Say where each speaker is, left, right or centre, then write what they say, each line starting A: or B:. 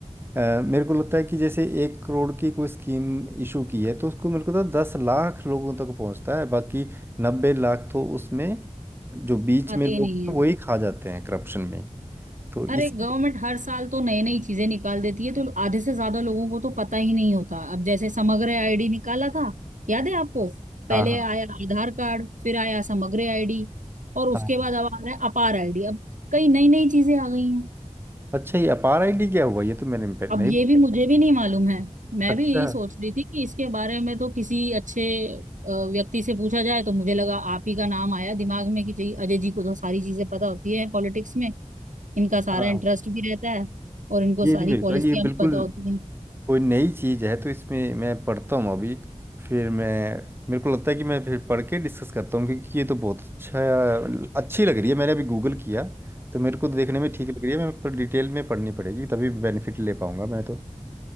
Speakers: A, on the right; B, on the right.
A: अ, मेरे को लगता है कि जैसे एक करोड़ की कोई स्कीम इशू की है तो उसको मेरे को लगता है दस लाख लोगों तक पहुंचता है बाकी नब्बे लाख तो उसमें जो बीच
B: आते
A: में लोग
B: ही नहीं
A: हैं
B: है
A: वही खा जाते हैं करप्शन में तो इस
B: अरे गवर्नमेंट हर साल तो नई नई चीजें निकाल देती है तो आधे से ज्यादा लोगों को तो पता ही नहीं होता अब जैसे समग्र आईडी निकाला था याद है आपको पहले
A: हाँ हाँ हाँ
B: आया आधार कार्ड फिर आया समग्र आईडी और उसके
A: हाँ।
B: बाद अब आ रहा है अपार आईडी अब कई नई नई चीजें आ गई हैं
A: अच्छा ये अपार आईडी क्या हुआ ये तो मैंने पे-
B: अब
A: नहीं
B: ये भी मुझे भी नहीं मालूम है मैं
A: अच्छा
B: भी यही सोच रही थी कि इसके बारे में तो किसी अच्छे अ, व्यक्ति से पूछा जाए तो मुझे लगा आप ही का नाम आया दिमाग में कि जी- अजय जी को तो सारी चीजें पता होती है पॉलिटिक्स में इनका सारा
A: हाँ
B: इंटरेस्ट भी रहता है और इनको
A: ये
B: सारी
A: नहीं मेरे
B: पॉलिसियां
A: पास ये बिल्कुल
B: भी पता होती हैं
A: कोई नई चीज़ है तो इसमें मैं पढ़ता हूँ अभी फिर मैं मेरे को लगता है कि मैं फिर पढ़ के डिस्कस करता हूँ क्योंकि ये तो बहुत अच्छा अच्छी लग रही है मैंने अभी गूगल किया तो मेरे को तो देखने में ठीक लग रही है मैं पर डिटेल में पढ़नी पड़ेगी तभी बेनिफिट ले पाऊंगा मैं तो